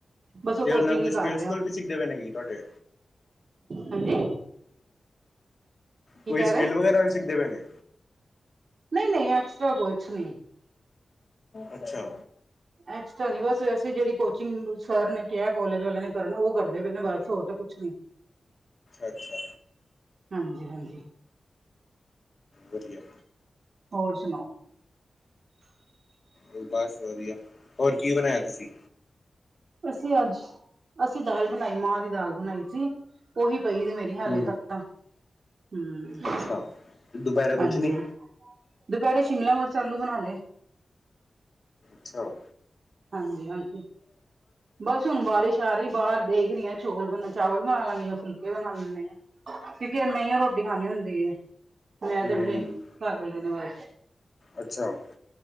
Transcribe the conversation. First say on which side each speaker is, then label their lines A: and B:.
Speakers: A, on the right (about 60°); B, on the left (about 40°).
A: ਬਸ
B: ਤੇ
A: ਕੋਚਿੰਗ
B: ਉਹ ਨਾਲ ਕੋਈ
A: ਹੀ ਕਰ
B: ਸਕਿੱਲ
A: ਰਿਹਾ
B: ਸਕੂਲ ਵੀ ਸਿੱਖਦੇ ਪਏ ਨੇ ਗੀ ਤੁਹਾਡੇ।
A: ਹਾਂਜੀ। ਕੀ
B: ਕੋਈ
A: ਕਹਿ
B: ਸਕਿੱਲ
A: ਰਹੇ
B: ਵਗੈਰਾ ਵੀ ਸਿੱਖਦੇ ਪਏ ਨੇ।
A: ਨਹੀਂ- ਨਹੀਂ ਐਕਸਟਾ ਕੁਛ ਨਹੀਂ।
B: ਅੱਛਾ।
A: ਐਕਸਟ੍ਰਾ ਨੀ, ਬੱਸ ਐਸੀ ਜਿਹੜੀ ਕੋਚਿੰਗ ਸਰ ਨੇ ਕਿਹਾ, ਕਾਲਜ ਵਾਲੇ ਨੇ ਕਰਨ। ਕਰਦੇ ਪਏ ਨਾ ਬਸ, ਹੋਰ ਕੁਛ ਨੀ।
B: ਅੱਛਾ, ਅੱਛਾ।
A: ਹਾਂਜੀ, ਹਾਂਜੀ।
B: ਵਧੀਆ।
A: ਹੋਰ ਸੁਣਾਓ।
B: ਉਹ ਬਸ ਵਧੀਆ, ਹੋਰ ਕੀ ਬਣਾਇਆ ਤੁਸੀਂ।
A: ਅਸੀਂ ਅੱਜ, ਅਸੀਂ ਦਾਲ ਬਣਾਈ ਮਾਂ ਦੀ ਦਾਲ ਬਣਾਈ ਸੀ ਉਹੀ ਪਈ ਦੇ। ਹਾਲੇ
B: ਹੂੰ
A: ਤੱਕ ਤਾਂ, ਹਮ,
B: ਅੱਛਾ ਦੁਪਹਿਰੇ ਕੁਛ
A: ਹਾਂਜੀ।
B: ਨੀ
A: ਦੁਪਹਿਰੇ ਸ਼ਿਮਲਾ ਮਿਰਚ ਆਲੂ ਬਣਾ ਲੇ।
B: ਅੱਛਾ।
A: ਹਾਂਜੀ ਹਾਂਜੀ ਬਸ ਹੁਣ ਬਾਰਿਸ਼ ਆ ਰਹੀ ਬਾਹਰ ਦੇਖ ਰਹੀ ਹ ਚੋਲ ਬ ਚਾਵਲ ਬਣਾ ਲਵਾਂਗੀ ਜਾਂ ਫੁਲਕੇ ਬਣਾ ਲੈਂਦੇ ਹਾਂ। ਕਿਉਕਿ ਨਹੀਂ ਉਹ ਰੋਟੀ ਖਾਣੀ ਹੁੰਦੀ, ਮੈਂ
B: ਹੂੰ
A: ਤੇ ਫੇਰ ਘਰ ਵਾਲੇ ਬਸ।
B: ਅੱਛਾ